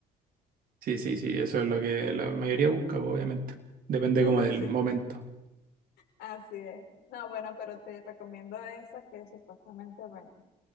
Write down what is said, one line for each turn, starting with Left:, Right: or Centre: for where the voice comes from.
Right: Sí, sí, sí, eso es lo que la mayoría busca, pues, obviamente. Depende
Left: <laughs>
Right: como del
Left: Sí,
Right: momento.
Left: así es. No, bueno, pero te recomiendo esa que supuestamente, bueno.